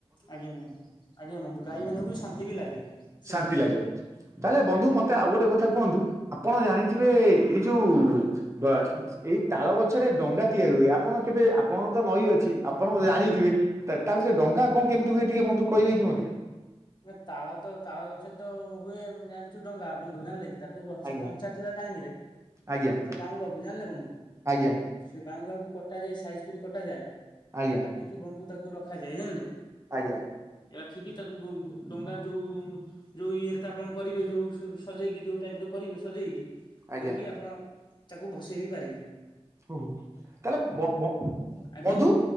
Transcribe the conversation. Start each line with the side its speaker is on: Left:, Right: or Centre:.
Left: ଆଜ୍ଞା ବନ୍ଧୁ ଆଜ୍ଞା ବନ୍ଧୁ ଗାଈ ମାନଙ୍କୁ ବି ଶାନ୍ତି ବି ଲାଗେ ଶୋଇବା
Right: ଶାନ୍ତି
Left: ପାଇଁ
Right: ଲାଗେ ତାହେଲେ ବନ୍ଧୁ
Left: ଆଜ୍ଞା
Right: ମତେ ଆଉ ଗୋଟେ କଥା କୁହନ୍ତୁ ଆପଣ ଜାଣିଥିବେ ଏଇ ଯୋଉ ବା ଏଇ ତାଳ ଗଛରେ ଡଙ୍ଗା ତିଆରି ହୁଏ ଆପଣ କେବେ ଆପଣଙ୍କ ତ ନଈ ଅଛି। ଆପଣ ଜାଣିଥିବେ।
Left: ଆଜ୍ଞା
Right: ତା ବିଷୟରେ
Left: ଆଜ୍ଞା
Right: ଡଙ୍ଗା କଣ କେମିତି ହୁଏ ଟିକେ ବନ୍ଧୁ କହିବେ କି ମୋତେ?
Left: ନା ତାଳ ତ ତାଳ ଗଛ ତ ହୁଏ ଜାଣିଛୁ, ଡଙ୍ଗା ଆପଣ ଜାଣିଲେ କି। ତାକୁ ସେ ଗଛ
Right: ଆଜ୍ଞା
Left: କଞ୍ଚା ଥିବା ଟାଇମ୍ ରେ
Right: ଆଜ୍ଞା
Left: ସେ ବାହୁଙ୍ଗାକୁ ଜାଣିଲେ ବନ୍ଧୁ
Right: ଆଜ୍ଞା
Left: ସେ ବାହୁଙ୍ଗା କୁ କଟା ଯାଏ, ସାଇଜ୍ କରି କଟାଯାଏ।
Right: ଆଜ୍ଞା
Left: କାଟିକି ବନ୍ଧୁ ତାକୁ ରଖାଯାଏ ଜାଣିଲି।
Right: ଆଜ୍ଞା
Left: ରାଖିକି ତାକୁ ଡଙ୍ଗା ଯୋଉ ଯୋଉ ଇଏରେ ତା ଆପଣ କରିବେ ଯେଉଁ ସଜେଇକି ଯେଉଁ ଟାଇପର କରିବେ ସଜେଇକି।
Right: ଆଜ୍ଞା
Left: କରିକି ଆପଣ ତାକୁ ଭସେଇ ବି ପାରିବି।
Right: ହଉ ହଉ ତାହାଲେ ବ ବ
Left: ଆଜ୍ଞା
Right: ବନ୍ଧୁ